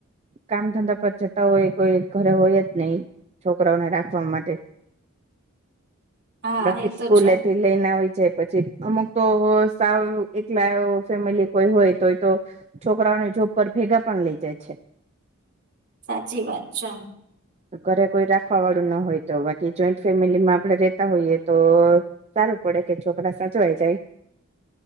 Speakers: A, on the right (about 30°); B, on the right (about 50°).
A: કામ ધંધા પર હોય કોઈ ઘરે હોય જ નહી છોકરાઓને રાખવા માટે
B: હા
A: બાકી
B: એ તો
A: સ્કૂલ
B: છે
A: લઈને આવી જાય પછી અમુક તો સાવ એકલા ફેમિલી કોઈ હોય તોય તો છોકરાઓને જોબ પર ભેગા પણ લઇ જાય છે
B: સાચી વાત છે
A: ઘરે કોઈ રાખવા વાળું ના હોય તો બાકી જોઈન્ટ ફેમિલીમાં આપડે રેતા હોઈએ તો સારું પડે કે છોકરા સાચવાય જાય